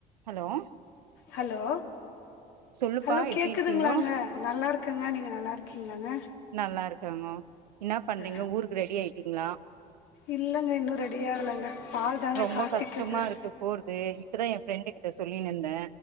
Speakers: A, on the right; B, on the left.
A: hello
B: hello
A: சொல்லுப்பா
B: hello
A: எப்டி
B: கேக்குதுங்களாங்க
A: இருக்கீங்கோ
B: நல்லா இருக்கங்க நீங்க நல்லா இருக்க க்கீங்கள
A: நல்லா இருக்காங்க என்ன பண்றீங்க
B: ஆ
A: ஊருக்கு ரெடி ஆயிட்டீங்களா
B: இல்லைங்க இன்னும் ரெடி ஆகலைங்க பால் தாங்க
A: ரொம்ப
B: காய்ச்சிட்ருக்குறேன்
A: கஷ்டமா இருக்கு போறது இப்பதா என் ஃப்ரெண்டு சொல்லிந்தே